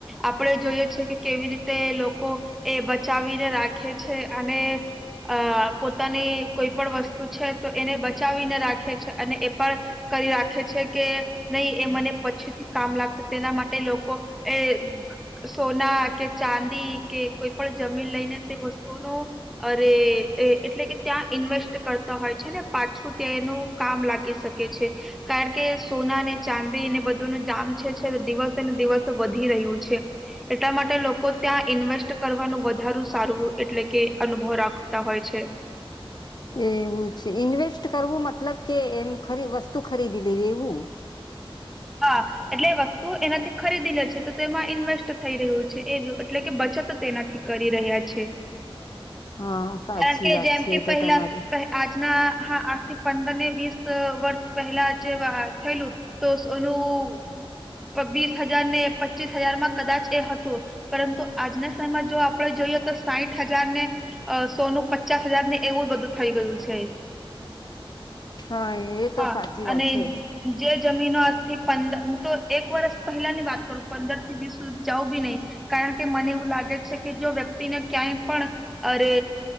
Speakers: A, in the centre; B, on the left.
A: આપડે જોઈએ છે કે કેવી રીતે લોકો એ બચાવીને રાખે છે અને અ પોતાની કોઈ પણ વસ્તુ છે તો એને બચાવીને રાખે છે અને એ પણ કરી રાખે છે કે નહી એ મને પછીથી કામ લાગશે તેના માટે લોકો એ સોના કે ચાંદી કે કોઈ પણ જમીન લઈને તે વસ્તુ નુ અરે એટલે કે ત્યાં ઇન્વેસ્ટ કરતા હોય છે ને પાછું તેનું કામ લાગી શકે છે કારણ કે સોના અનેને ચાંદી ને બધુંનું જામ છે છે દિવસે ને દિવસે વધી રહ્યું છે એટલા માટે લોકો ત્યાં ઇન્વેસ્ટ કરવાનું વધારૂ સારું એટલે કે અનુભવ રાખતા હોય છે
B: એવું છે ઇન્વેસ્ટ કરવું મતલબ કે એમ ખરી વસ્તુ ખરીદી લેવી એવું
A: હા એટલે એ વસ્તુ એનાથી ખરીદી લે છે તો તે એમાં ઇન્વેસ્ટ થઈ રહ્યું છે એ એટલે કે બચત તેનાથી કરી રહ્યા છે
B: હા સાચી
A: કારણ કે
B: વાત
A: જેમ
B: છે
A: કે
B: એ તો
A: પહેલા
B: તમારી
A: પહે- આજના હા આજથી પંદર ને વીસ વર્ષ પહેલા જે થયેલું તો સોનું વીસ હજાર ને પચીસ હજાર માં કદાચ એ હતું પરંતુ આજના સમયમાં જો આપણે જોઈએ તો સાઈઠ હજાર ને અ સોનું પચાસ હજાર ને એવું બધું થઈ ગયું છે
B: હા એ તો
A: હા
B: સાચી વાત
A: અને
B: છે
A: જે જમીનો આજથી પંદર હું તો એક વર્ષ પહેલા ની વાત કરું પંદર થી વીસ સુધી જાઉં બી નહી કારણ કે મને એવું લાગે છે કે જો વ્યક્તિને ક્યાંય પણ અરે